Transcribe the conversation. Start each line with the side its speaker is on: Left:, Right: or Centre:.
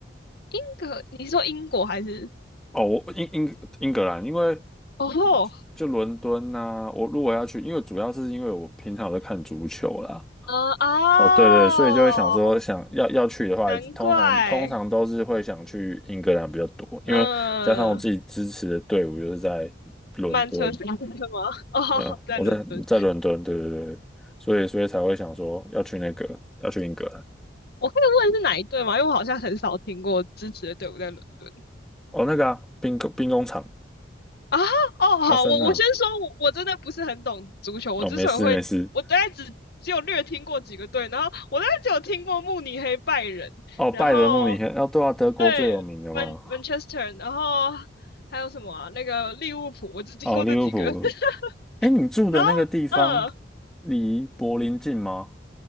Left: 英格，你说英国还是？
Centre: 哦，我英英英格兰，因为
Left: 哦吼，
Centre: 就就伦敦呐、我如果要去，因为主要是因为我平常有在看足球啦。
Left: 嗯哦，
Centre: 哦，对对，所以就会想说，想要要去的话，
Left: 难怪，
Centre: 通常通常都是会想去英格兰比较多，因为加上我自己支持的队伍就是在伦敦，
Left: 嗯，曼彻斯特吗？<laughs> 哦，
Centre: 没有，
Left: 在伦敦，
Centre: 我在在伦敦，对对对，所以所以才会想说要去那个要去英格兰。
Left: 我可以问是哪一队吗？因为我好像很少听过支持的队伍在伦敦
Centre: 哦，那个啊，兵工兵工厂，
Left: 啊。哦，好，
Centre: 阿森纳。
Left: 我我先说，我我真的不是很懂足球，我之所以会，
Centre: 哦，没事没事。
Left: 我大概只只有略听过几个队，然后我大概只有听过慕尼黑拜仁，
Centre: 哦，
Left: 然后
Centre: 拜仁慕尼黑，哦，对啊，德国最有名的嘛。
Left: 对曼曼彻斯特，然后还有什么啊？那个利物浦，我只听过这几个，
Centre: 哦，利物浦。
Left: <laughs>
Centre: 哎，你住的那个地方
Left: 然后。嗯，
Centre: 离柏林近吗？